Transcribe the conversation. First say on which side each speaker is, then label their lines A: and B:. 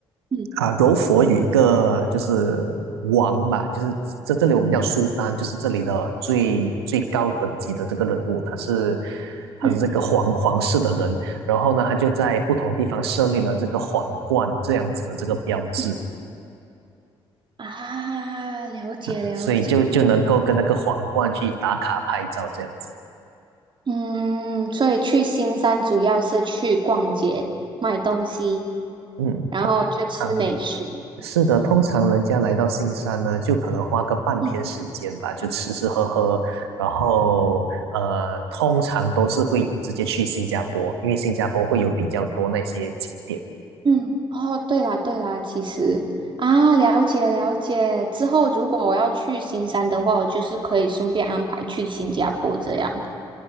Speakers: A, on the right; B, on the right.
A: 嗯
B: 啊，柔佛有一个就是王吧，就是这这里我们叫苏丹，就是这里的最最高等级的这个人物，他是他是这个皇皇室的人，
A: 嗯
B: 然后呢，他就在不同的地方设立了这个皇冠这样子的这个标志
A: 嗯啊，了解了解。
B: 啊，所以就就能够跟那个皇冠去打卡拍照这样子，
A: 嗯，所以去新山主要是去逛街、买东西，
B: 嗯。
A: 然后就吃美食。
B: 常是的，通常人家来到新山呢，就可能花个半天时间吧，
A: 嗯
B: 就吃吃喝喝，然后呃，通常都是会直接去新加坡，因为新加坡会有比较多那些景点。
A: 嗯，哦，对啦对啦，其实啊，了解了解。之后如果我要去新山的话，我就是可以顺便安排去新加坡这样。